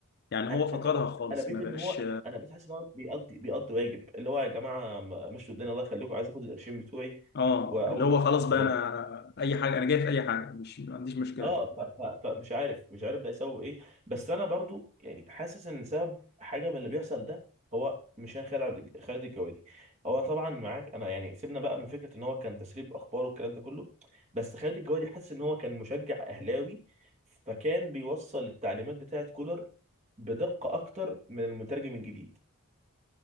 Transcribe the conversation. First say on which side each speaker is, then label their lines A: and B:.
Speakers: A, on the left; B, on the right.
A: يعني
B: أ-
A: هو فقدها
B: انت عارف
A: خالص
B: انا بقيت
A: ما
B: ان
A: بقاش
B: هو انا بقيت حاسس ان هو بيقضي بيقضي واجب اللي هو يا جماعه م- مشوا الدنيا الله يخليكم عايز اخد القرشين بتوعي
A: اه
B: واول
A: اللي هو خلاص
B: وخلاص
A: بقى انا اي حاجه انا جاي في اي حاجه مش ما عنديش مشكله
B: اه ف- ف- فمش عارف مش عارف ده يسوي ايه بس انا برضو يعني حاسس ان سبب حاجه من اللي بيحصل ده هو مش خالد خالد الجوادي هو طبعا معاك انا يعني سيبنا بقى من فكره ان هو كان تسريب اخبار والكلام ده كله بس خالد الجوادي حاسس ان هو كان مشجع اهلاوي فكان بيوصل التعليمات بتاعه كولر بدقه اكتر من المترجم الجديد